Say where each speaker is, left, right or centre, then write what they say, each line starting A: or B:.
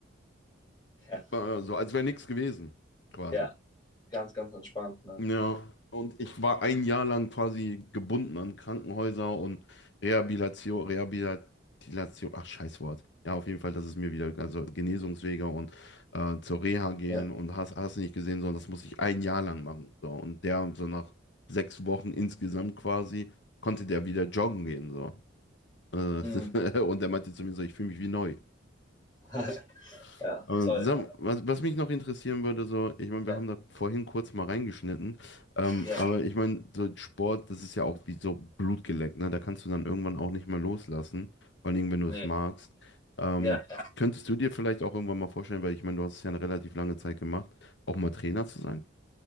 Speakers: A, on the left; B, on the left.
A: Ja,
B: War So, als wäre nichts gewesen, quasi.
A: ja, ganz, ganz entspannt, ne?
B: Ja, und ich war ein Jahr lang quasi gebunden an Krankenhäuser und Rehabilitation, Rehabilitation, ach Scheißwort. Ja, auf jeden Fall, dass es mir wieder, also Genesungswege und äh, zur Reha gehen
A: Ja.
B: und hast, hast nicht gesehen, sondern das muss ich ein Jahr lang machen. So. Und der, so nach sechs Wochen insgesamt quasi, konnte der wieder joggen gehen. So. Äh,
A: Mm.
B: <laughs> und der meinte zu mir so, ich fühle mich wie neu.
A: <laughs>
B: Ja.
A: Ja,
B: Aber
A: toll.
B: sag, was, was mich noch interessieren würde, so, ich meine,
A: Ja,
B: wir haben da vorhin kurz mal reingeschnitten, ähm,
A: ja,
B: aber ich meine, so Sport, das ist ja auch wie so Blutgeleckt, ne? Da kannst du dann irgendwann auch nicht mehr loslassen, vor allem wenn du
A: nee,
B: es magst. Ähm,
A: ja, ja.
B: könntest du dir vielleicht auch irgendwann mal vorstellen, weil ich meine, du hast es ja eine relativ lange Zeit gemacht, auch mal Trainer zu sein?